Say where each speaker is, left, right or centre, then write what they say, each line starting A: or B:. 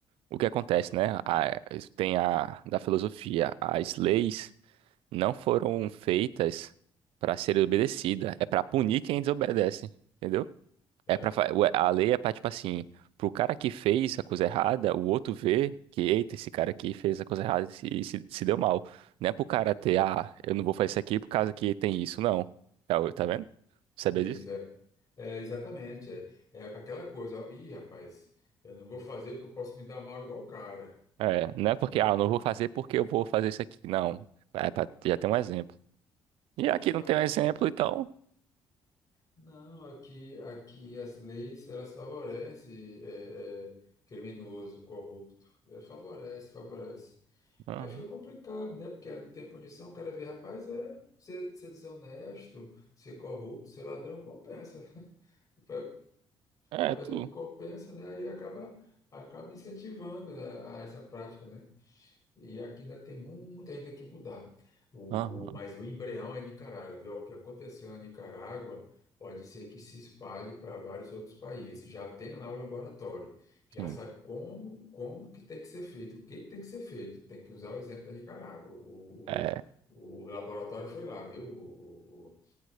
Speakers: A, on the right; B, on the left.
A: o que acontece, né? A- tem a da filosofia, as leis não foram feitas para serem obedecidas. É para punir quem desobedece, entendeu?
B: é,
A: É para a lei é para tipo assim, pro cara que fez a coisa errada, o outro vê que eita, esse cara aqui fez a coisa errada e se, se, se deu mal. Não é pro cara ter, ah, eu não vou fazer isso aqui por causa que tem isso, não. É o- Tá vendo? Sabia
B: isso,
A: disso?
B: é. É, exatamente. É, é aquela coisa, ó, ih, rapaz, eu não vou fazer porque eu posso me dar mal igual o cara.
A: É, não é porque,
B: É,
A: ah, eu não vou fazer porque eu vou fazer isso aqui. Não. É pra já ter um exemplo. E
B: exatamente.
A: aqui não tem um exemplo, então.
B: Não, aqui, aqui as leis elas favorecem é, é, criminoso, corrupto. É, favorece, favorece.
A: Aham.
B: Aí fica complicado, né? Porque não tem punição, o cara vê, rapaz, é ser, ser desonesto, ser corrupto, ser ladrão, compensa. O
A: É,
B: cara
A: tu.
B: vê que compensa, né? Aí acaba, acaba incentivando, né, a essa prática, né? E aqui ainda tem muito ainda que mudar. O,
A: Aham,
B: o, mas o embrião é Nicarágua, viu? O que aconteceu na Nicarágua pode ser que se espalhe para vários outros países. Já tem lá o laboratório, já
A: sim.
B: sabe como, como que tem que ser feito, o que que tem que ser feito. Tem que usar o exemplo da Nicarágua. O,
A: É,
B: o, o laboratório foi lá, viu? O, o- o-